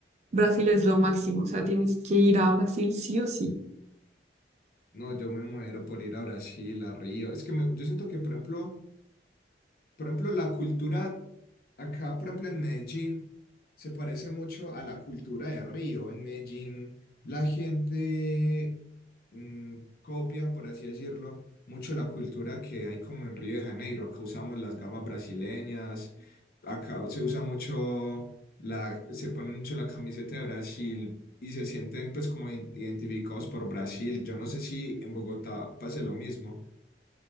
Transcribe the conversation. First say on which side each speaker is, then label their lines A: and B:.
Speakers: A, on the right; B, on the left.
A: Brasil es lo máximo, o sea, tienes que ir a Brasil sí o sí.
B: No, yo me muero por ir a Brasil, a Río. Es que me- yo siento que, por ejemplo, Por ejemplo, la cultura acá, por ejemplo, en Medellín, se parece mucho a la cultura de Río. En Medellín, la gente mm, copia, por así decirlo, mucho la cultura que hay como en Río de Janeiro. Acá usamos las gafas brasileñas, acá se usa mucho la, se pone mucho la camiseta de Brasil y se sienten pues como in- identificados por Brasil. Yo no sé si en Bogotá pase lo mismo.